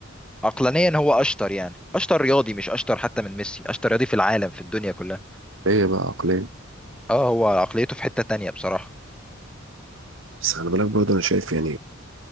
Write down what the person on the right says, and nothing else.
هي بقى عقلية
بس خلي بالك برضه أنا شايف يعني